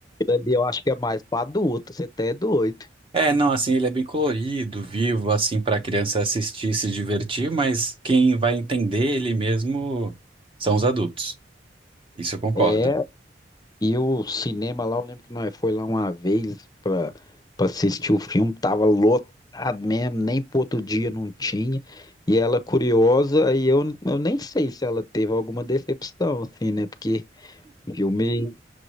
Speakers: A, on the left (about 20°); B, on the right (about 30°).
A: ali eu acho que é mais pra adulto, você até é doido.
B: É, não, assim, ele é bem colorido, vivo, assim, pra criança assistir e se divertir, mas quem vai entender ele mesmo são os adultos. Isso eu concordo.
A: É, e o cinema lá, eu lembro que nós foi lá uma vez pra, pra assistir o filme, tava lotado mesmo, nem pro outro dia não tinha. E ela curiosa, e eu, eu nem sei se ela teve alguma decepção, assim, né? Porque filme.